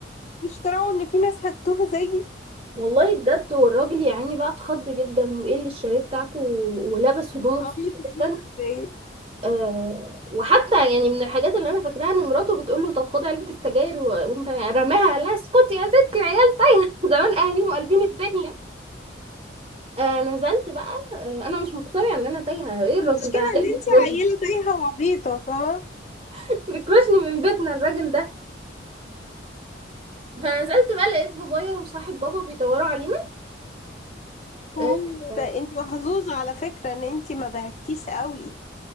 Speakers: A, on the left (about 35°); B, on the right (about 30°).
A: بيشتروا ان في ناس هتوه زيي
B: والله بجد والراجل يعني بقى اتخض جدا وايه اللي الشاليه بتاعكوا ولبس هدومه
A: عبيطة
B: بسرعه
A: يا بنت
B: جدا
A: ولا ايه
B: آه وحتى يعني من الحاجات اللي انا فاكراها ان مراته بتقول له طب خد علبه السجاير و- وانت رماها لا اسكتي يا ستي العيال تايهه <laughs> زمان اهاليهم قلبين الدنيا آه نزلت بقى آه انا مش مقتنعه ان انا تايهه ايه الراجل
A: المشكلة
B: ده عايز
A: ان
B: يكرشني
A: انت عيلة تايهة وعبيطة فاهمة
B: <laughs> بيكرشني من بيتنا الراجل ده فنزلت بقى لقيت بابايا وصاحب بابا بيدوروا علينا
A: هو
B: آه
A: ده انت محظوظة على فكرة ان انت ما بعتيش قوي